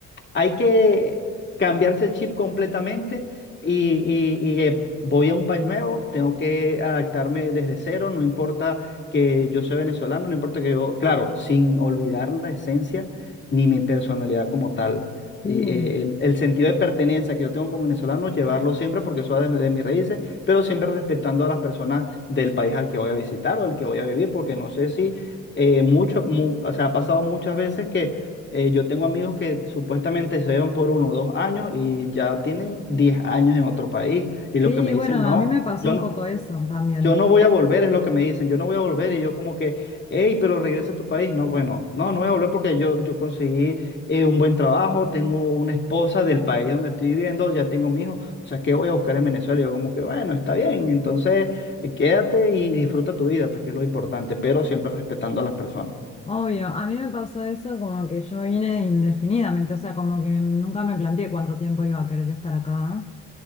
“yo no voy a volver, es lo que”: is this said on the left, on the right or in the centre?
Left